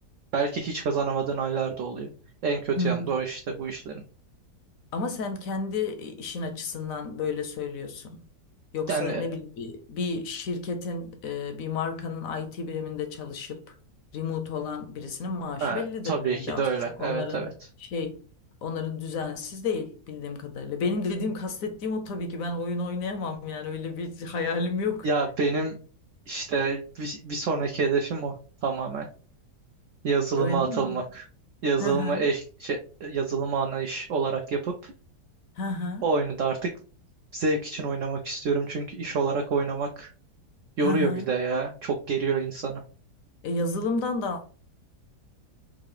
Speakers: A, on the right; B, on the left.
A: belki hiç kazanamadığın aylar da oluyor. En kötü
B: Hı.
A: yanı da o işte bu işlerin.
B: Ama sen kendi e, işin açısından böyle söylüyorsun. Yoksa
A: Yani
B: ne bileyim bir bir şirketin, e, bir markanın IT biriminde çalışıp remote olan birisinin maaşı
A: ha,
B: bellidir
A: tabii
B: herhalde
A: ki
B: az
A: de öyle.
B: çok.
A: Evet
B: Onların
A: evet.
B: şey, onların düzensiz değil bildiğim kadarıyla. Benim dediğim, kastettiğim o tabii ki ben oyun oynayamam yani öyle bir hayalim yok.
A: Ya benim işte bir, bir sonraki hedefim o tamamen. Yazılıma
B: Öyle
A: atılmak.
B: mi?
A: Yazılıma
B: Hı hı.
A: eş, şey, yazılıma ana iş olarak yapıp
B: Hı hı.
A: O oyunu da artık zevk için oynamak istiyorum. Çünkü iş olarak oynamak yoruyor
B: Hı hı.
A: bir de ya. Çok geriyor insanı.
B: E, yazılımdan da